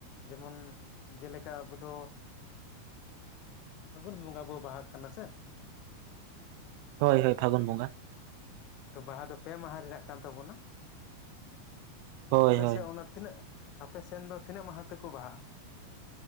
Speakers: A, on the left; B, on the right.
A: ᱡᱮᱢᱚᱱ ᱡᱮᱞᱮᱠᱟ ᱟᱵᱚ ᱫᱚ ᱾ ᱯᱷᱟᱹᱜᱩᱱ ᱵᱚᱸᱜᱟ ᱵᱚ ᱵᱟᱦᱟᱜ ᱠᱟᱱᱟ ᱥᱮ ᱾
B: ᱦᱳᱭ ᱦᱳᱭ ᱯᱷᱟᱜᱩᱱ ᱵᱚᱸᱜᱟ ᱾
A: ᱛᱚ ᱵᱟᱦᱟ ᱫᱚ ᱯᱮ ᱢᱟᱦᱟ ᱨᱮᱱᱟᱜ ᱠᱟᱱ ᱛᱟᱵᱚᱱᱟ
B: ᱦᱳᱭ
A: ᱟᱯᱮ
B: ᱦᱳᱭ
A: ᱥᱮᱫ ᱚᱱᱟ ᱾ ᱛᱤᱱᱟᱹᱜ ᱟᱯᱮᱥᱮᱱ ᱫᱚ ᱛᱤᱱᱟᱹᱜ ᱢᱟᱦᱟ ᱛᱮᱠᱚ ᱵᱟᱦᱟᱜᱼᱟ ᱾